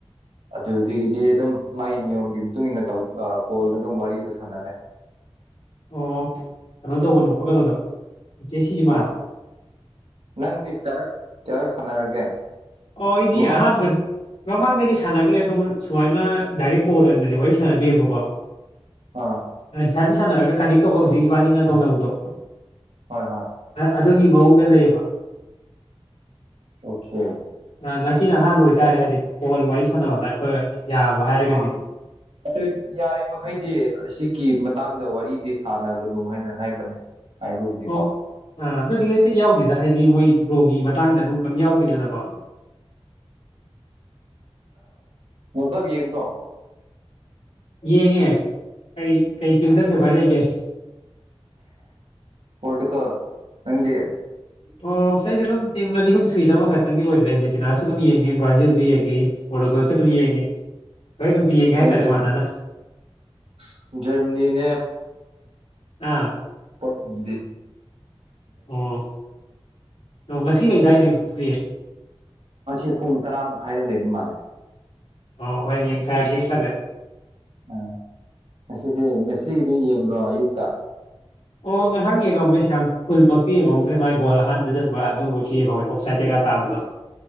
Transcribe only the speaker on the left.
ꯑꯣ ꯀꯩꯅꯣ ꯇꯧꯒꯅꯨ ꯈꯠꯀꯩꯅꯣꯗꯣ ꯦꯁꯤ ꯃꯥꯥꯟ
ꯑꯣ ꯑꯩꯗꯤ
ꯑꯍꯥꯟꯕ ꯃꯃꯥꯡꯗꯗꯤ ꯁꯥꯟꯅꯈ꯭ꯔꯦ ꯑꯗꯨꯝ ꯁꯨꯃꯥꯏꯅ ꯗꯥꯏꯔꯦꯛ ꯀꯣꯜ ꯑꯣꯏꯅꯗꯤ ꯋꯥꯔꯤ ꯁꯥꯟꯅꯗꯦꯕꯀꯣ
ꯏꯁꯥꯅ ꯁꯥꯟꯅꯔꯒ ꯀꯅꯦꯛ ꯇꯧꯕ ꯍꯧꯖꯤꯛ ꯏꯕꯥꯅꯤꯅ ꯇꯧꯅꯕꯗꯣ
ꯑꯗꯨꯒꯤ ꯃꯑꯣꯡꯗ ꯂꯩꯌꯦꯕ
ꯉꯁꯤ ꯅ ꯑꯍꯥꯟꯕ ꯑꯣꯏꯇꯥꯔꯦ ꯍꯥꯏꯗꯤ ꯀꯣꯜ ꯋꯥꯔꯤ ꯁꯥꯟꯅꯕꯗ ꯑꯩꯈꯣꯏ ꯌꯥꯕ ꯍꯥꯏꯔꯒꯗꯤ
ꯑꯣ ꯑ ꯑꯗꯨꯣ ꯔꯤꯂꯦꯇꯤꯠ ꯌꯥꯎꯗꯦꯗ ꯍꯥꯏꯗꯤ ꯃꯣꯏ ꯭ꯔꯣꯒꯤ ꯃꯇꯥꯡꯗ ꯑꯗꯨꯝ ꯀꯝ ꯌꯥꯎꯗꯦꯗꯅꯀꯣ
ꯌꯦꯡꯉꯦ ꯀꯔꯤ ꯀꯩ ꯆꯨꯝꯗꯒꯦꯕ ꯂꯩꯒꯦ
ꯑꯣ ꯏꯁꯩꯁꯦ ꯑꯗꯨꯝ ꯇꯤꯝ ꯑꯅꯤꯍꯨꯝ ꯁꯨꯤꯗ ꯑꯃꯈꯛꯇꯪꯒꯤ ꯑꯣꯏꯗ꯭ꯔꯦ ꯖꯦꯆꯤꯅꯥꯁꯨ ꯑꯗꯨꯝ ꯌꯦꯡꯉ ꯡꯉꯤ ꯕ꯭ꯔꯥꯖꯤꯜꯁꯨ ꯌꯦꯡꯉꯤ ꯄꯣꯔꯇꯨꯒꯜꯁꯨ ꯑꯗꯨꯝ ꯌꯦꯡꯉꯦ ꯍꯣꯏ ꯑꯗꯨꯝ ꯌꯦꯡꯉꯦ
ꯍꯥꯏꯇꯥꯔꯦ ꯏꯃꯅꯅ
ꯑꯥ
ꯑꯣ ꯑꯣ ꯉꯁꯤ ꯂꯩꯗꯥꯏꯗꯌꯦ
ꯑꯣ ꯚꯥꯏ ꯌꯦꯡꯊꯔꯒꯦ ꯈꯜꯂꯦ
ꯑꯣ ꯉꯍꯥꯛ ꯌꯦꯡꯉꯝꯃꯦ ꯌꯥꯝ ꯐꯨꯜ ꯃꯛꯇꯤ ꯌꯦꯡꯍꯧ ꯃꯥꯏ ꯒꯣꯜ ꯑꯍꯥꯟꯕꯩ ꯆꯟꯕ ꯑꯗꯨꯝ ꯕꯧꯗꯤ ꯌꯦꯡꯍꯧꯋꯦ ꯑꫭꯐꯁꯥꯏꯠꯇꯒ ꯇꯥꯕꯗꯣ